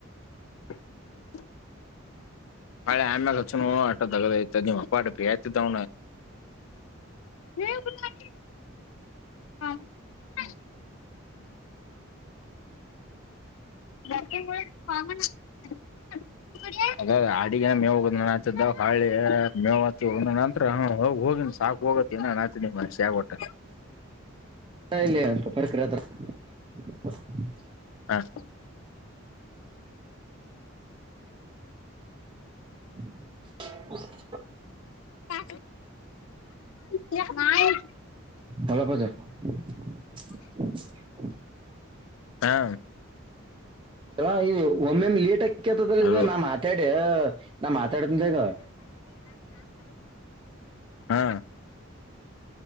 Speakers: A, on the left; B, on the right.
A: <unintelligible> ಅಳೆ ಆಮ ಕು ಆಗ ಮಪ್ಪಾಟ ಪತ ತ <unintelligible> ಹಾ ಹಾ ಯ ಹಾಮ <unintelligible> <inaudible> ಹಾಗ ಅಡಿಗ ಮೇ ಹೋಗ ನಾಚಿದ್ದ ಹಾಳೆ ಮೇವತ್ತ ನಂತರ ಹೋಗ ಹೋಗ ಸಾಕು ಹೋಗತ್ತ ಇನ್ನ ನಾಚನ ಮ ಸಗಟ್ಟೆ
B: ಇಲ್ಲ ಪರಕ್ರ ಹತ್ರ <unintelligible> <inaudible>
A: ಹ <inaudible>
B: ಹ <inaudible>
A: ಹಾ <inaudible> <inaudible>
B: ಹೊಲಪದ <inaudible>
A: ಹಾ
B: ಹ ಇದು ಒಮ್ಮೆ ಲೇಟ್ ಆಕ್ <unintelligible> ಕೆ್ಯತದಲ್ಲಿ
A: ಹಲೋ
B: ಇ ನಾ ಮಾತಾಡ ನಾ ಮಾತಾಡ್ತ್ನ್ ತಗೋ
A: ಹಾ